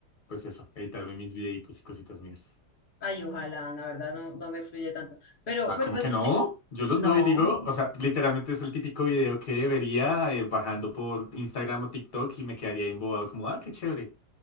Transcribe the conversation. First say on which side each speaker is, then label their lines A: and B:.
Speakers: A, on the left; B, on the left.
A: pues eso, editarme mis videitos y cositas mías.
B: Ay, ojalá, la verdad no, no me fluye tanto. Pero,
A: Ah,
B: pero
A: ¿cómo
B: pues
A: que
B: no
A: no?
B: sé.
A: Yo los
B: No.
A: veo y digo, o sea, literalmente es el típico video que vería eh, bajando por Instagram o TikTok y me quedaría ahí embobado como, ah, qué chévere.